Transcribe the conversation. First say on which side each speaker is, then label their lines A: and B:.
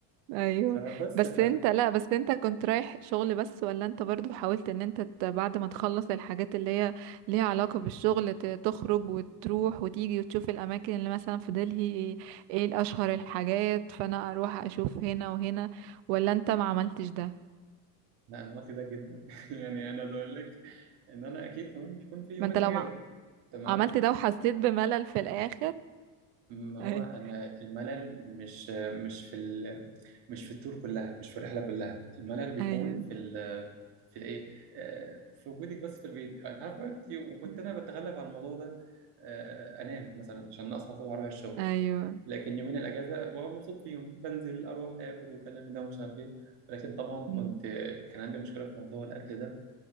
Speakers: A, on the right; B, on the right.
A: ايوه
B: فبس
A: بس انت لا بس انت كنت رايح شغل بس ولا انت برضو حاولت ان انت ت- بعد ما تخلص الحاجات اللي هي ليها علاقة بالشغل ت- تخرج وتروح وتيجي وتشوف الاماكن اللي مثلا في دلهي ايه, ايه الاشهر الحاجات فانا اروح اشوف هنا وهنا ولا انت ما عملتش ده
B: لا انا عملت ده جدا <laughs> يعني انا عايز اقول لك ان انا اكيد كمان بيكون في يومين
A: ما انت لو
B: اجازه
A: ما
B: تمام
A: عملت ده وحسيت بملل في الاخر
B: ما هو
A: ايوه
B: انا الملل مش مش في ال... مش في التور كلها مش في الرحله كلها الملل بيكون
A: ايوه
B: في ال... في الايه آه، في وجودك بس في البيت انت عارف وقتي وكنت
A: مم.
B: انا بتغلب على الموضوع ده آه، انام مثلا عشان اصحى الصبح اروح الشغل
A: ايوه
B: لكن يومين الاجازه ببقى مبسوط فيهم بنزل اروح اكل والكلام ده ومش عارف ايه ولكن طبعا
A: مم.
B: كنت كان عندي مشكله في موضوع الاكل ده